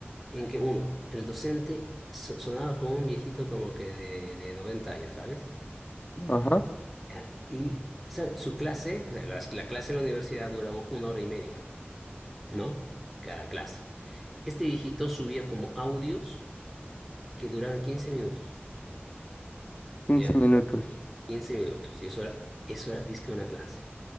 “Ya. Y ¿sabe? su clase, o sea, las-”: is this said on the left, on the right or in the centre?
Centre